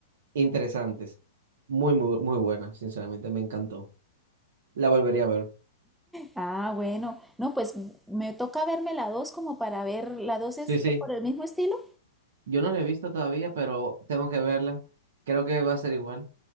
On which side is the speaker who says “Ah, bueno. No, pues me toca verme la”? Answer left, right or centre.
Centre